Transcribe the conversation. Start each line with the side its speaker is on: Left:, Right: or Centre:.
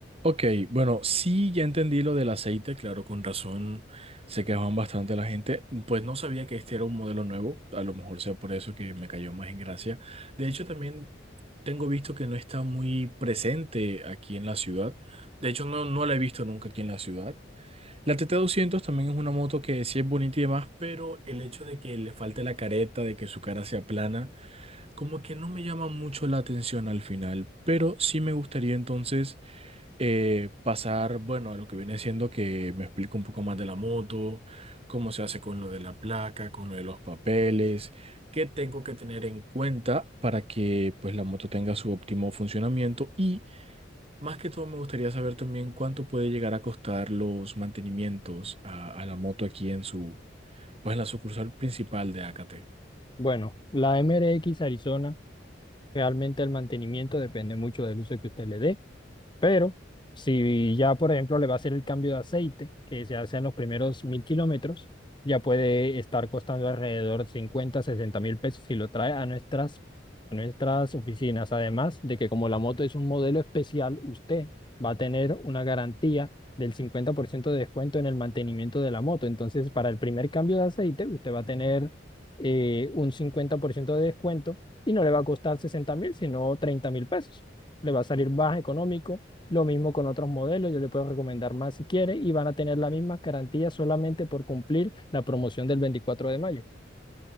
Right: Ok, bueno, sí, ya entendí lo del aceite, claro, con razón se quejaban bastante la gente, pues no sabía que este era un modelo nuevo, a lo mejor sea por eso que me cayó más en gracia. De hecho, también tengo visto que no está muy presente aquí en la ciudad, de hecho no, no la he visto nunca aquí en la ciudad. La tt doscientos también es una moto que sí es bonita y demás, pero el hecho de que le falte la careta, de que su cara sea plana, Como que no me llama mucho la atención al final, pero sí me gustaría entonces eh, pasar, bueno, a lo que viene siendo que me explique un poco más de la moto, cómo se hace con lo de la placa, con lo de los papeles, qué tengo que tener en cuenta para que pues la moto tenga su óptimo funcionamiento y más que todo me gustaría saber también cuánto puede llegar a costar los mantenimientos a, a la moto aquí en su, pues en la sucursal principal de AKT.
Left: Bueno, la MRX Arizona, realmente el mantenimiento depende mucho del uso que usted le dé. Pero si ya, por ejemplo, le va a hacer el cambio de aceite, que se hace en los primeros mil kilómetros, ya puede estar costando alrededor de 50, sesenta mil pesos si lo trae a nuestras, a nuestras oficinas. Además de que como la moto es un modelo especial, usted va a tener una garantía del 50% de descuento en el mantenimiento de la moto. Entonces, para el primer cambio de aceite, usted va a tener eh, un 50% de descuento y no le va a costar sesenta mil, sino treinta mil pesos. Le va a salir más económico lo mismo con otros modelos, yo le puedo recomendar más si quiere y van a tener la misma garantía solamente por cumplir la promoción del 24 de mayo.